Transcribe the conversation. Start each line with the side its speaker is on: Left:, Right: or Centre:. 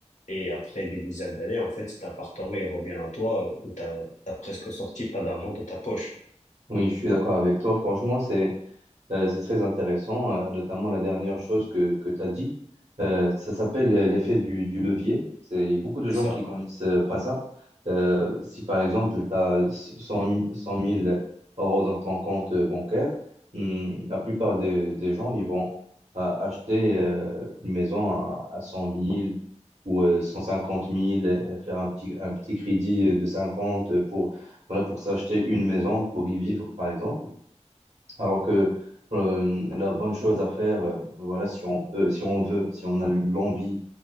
Left: et après des dizaines d'années, en fait, cet appartement, il revient à toi, euh, où t'as, t'as presque sorti pas d'argent de ta poche.
Right: oui, je suis d'accord avec toi. Franchement, c'est, Euh, c'est très intéressant, euh, notamment la dernière chose que, que tu as dit. Euh, ça s'appelle euh, l'effet du, du levier. C'est beaucoup de
Left: C'est
Right: gens
Left: ça.
Right: qui connaissent euh, pas ça. Euh, si par exemple, tu as 100, mi- 100 000 euros dans ton compte euh, bancaire, hum, la plupart des, des gens, ils vont euh, acheter euh, une maison à, à 100 000 ou euh, 150 000, euh, faire un petit, un petit crédit euh, de 50 pour, voilà, pour s'acheter une maison, pour y vivre, par exemple. Alors que euh, la bonne chose à faire, euh, voilà, si on peut, si on veut, si on a l'envie